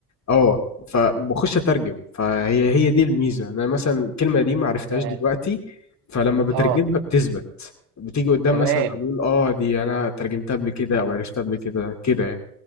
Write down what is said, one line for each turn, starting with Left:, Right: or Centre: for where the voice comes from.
Left: أه فبخش أترجم فهي هي دي الميزة أنا مثلا الكلمة دي ما عرفتهاش
Right: ياه.
Left: دلوقتي فلما بترجمها
Right: اه
Left: بتثبت بتيجي قدام
Right: تمام
Left: مثلا أقول أه دي أنا ترجمتها قبل كده أو عرفتها قبل كده كده يعني